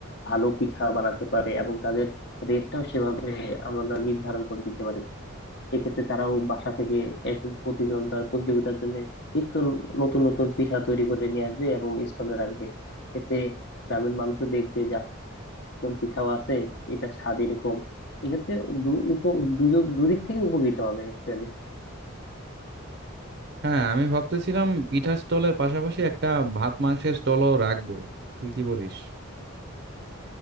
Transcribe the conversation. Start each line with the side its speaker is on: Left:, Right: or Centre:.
Left: ভালো পিঠা বানাতে পারে এবং তাদের রেটটাও সেভাবে আমরা নির্ধারণ করে দিতে পারি এক্ষেত্রে তারাও বাসা থেকে এক এক প্রতিজন তার প্রতিযোগিতার জন্য নিত্য নতুন নতুন পিঠা তৈরি করে নিয়ে আসবে এবং স্টলে রাখবে এতে গ্রামের মানুষও দেখবে যে এরকম পিঠাও আছে এটার স্বাদ এরকম এক্ষেত্রে দু উপ দুজন দুদিক থেকে উপকৃত হবে অ্যাকচুয়ালি
Right: হ্যাঁ আমি ভাবতেছিলাম পিঠার স্টলের পাশাপাশি একটা ভাত মাংসের স্টলও রাখবো তুই কি বলিস